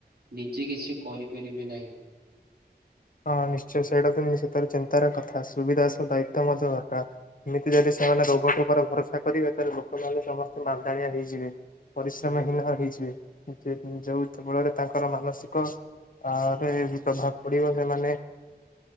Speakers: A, on the right; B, on the left.
A: ନିଜେ କିଛି କରିପାରିବେ ନାହିଁ।
B: ହଁ ନିଶ୍ଚୟ ସେଇଟା ନି- ସେଥେର ଚିନ୍ତାର କଥା ସୁବିଧା ସହ ଦାୟିତ୍ୱ ମଧ୍ୟ ଦରକାର। ଏମିତି ଯଦି ସେମାନେ ରୋବଟ୍ ଉପରେ ଭରସା କରିବେ ତାହେଲେ ଲୋକମାନେ ସମସ୍ତେ ମାନ୍ଦାଳିଆ ହେଇଯିବେ। ପରିଶ୍ରମ
A: ହୁଁ,
B: ହୀନ ହେଇଯିବେ। ଯେ ଯୋଉ ବଳରେ ତାଙ୍କର ମାନସିକ ଆ ରେ ବି ପ୍ରଭାବ ପଡିବ। ଯେ ମାନେ